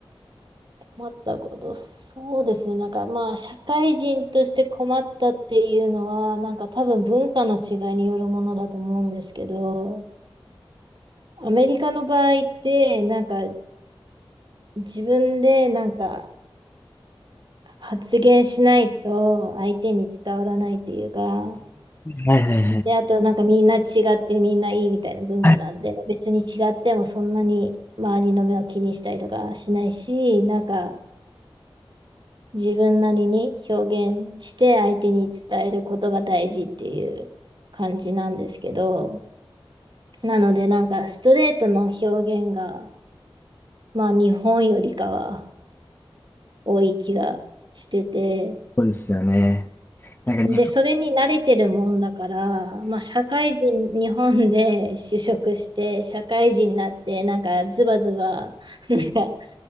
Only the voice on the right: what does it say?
困ったこと、そうですね。なんかまあ、社会人として困ったっていうのは、なんか多分文化の違いによるものだと思うんですけど、アメリカの場合って、なんか自分でなんか発言しないと相手に伝わらないっていうか、
で、あとなんかみんな違ってみんないいみたいな文化なんで、
別に違ってもそんなに周りの目を気にしたりとかしないし、なんか自分なりに表現して相手に伝えることが大事っていう感じなんですけど、なのでなんかストレートの表現が、まあ日本よりかは多い気がしてて、
で、それに慣れてるもんだから、まあ社会人、日本で就職して社会人になってなんかズバズバなんか